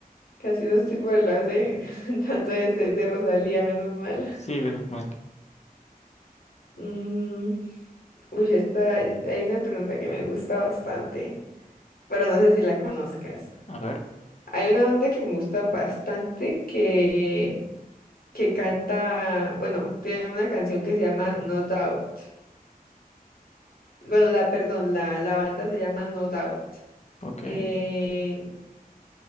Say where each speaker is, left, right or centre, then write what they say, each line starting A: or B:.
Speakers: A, on the left; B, on the left.
A: Casi no estoy por el lado de <laughs> tanto de, ese- de Rosalía, menos mal.
B: Sí, menos mal.
A: Mm, uy, esta, hay una pregunta que me gusta bastante, pero no sé si la conozcas.
B: A ver,
A: Hay una banda que me gustan bastante que, que canta, bueno, tiene una canción que se llama No Doubt. Bueno, la, perdón, la, la banda se llama No Doubt.
B: ok.
A: Eh,